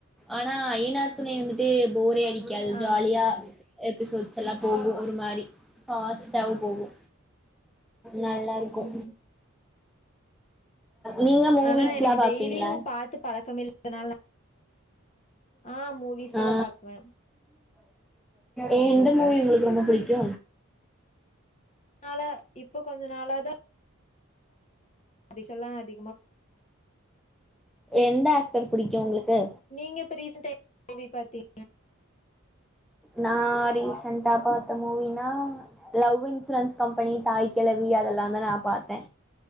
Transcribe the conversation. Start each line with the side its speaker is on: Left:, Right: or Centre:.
Centre: ஆனா ஐயனார் துணை வந்துட்டு போரே அடிக்காது
Left: ஆ
Centre: ஜாலியா எபிசோட்ஸ் எல்லா போகு ஒரு மாரி ஃபாஸ் டாவு போகு நல்லாருக்கூ
Left: ம்
Centre: நீங்க மூவிஸ்லா
Left: ஆனா எனக்கு
Centre: பாப்பிங்ளா
Left: டெய்லியு பாத்து பழக்கம் இல்லாதனால ஆ மூவிஸ்
Centre: ஆ
Left: எல்லா பாக்குவே
Centre: எ எந்த மூவி உங்களுக்கு ரொம்ப புடிக்கு
Left: அதனால இப்ப கொஞ்ச நாள தா அதுகெல்லாம் அதி
Centre: எந்த ஆக்டர் பிடிக்கு உங்களுக்கு
Left: நீங்கிப்ப ரீசன் டைம் ல என்ன மூவி பாத்தீங்
Centre: நா ரீசன்ட்டா பாத்த மூவினா லவ் இன்சூரன்ஸ் கம்பெனி தாய் கிழவி அதெலாம் தா நா பாத்தே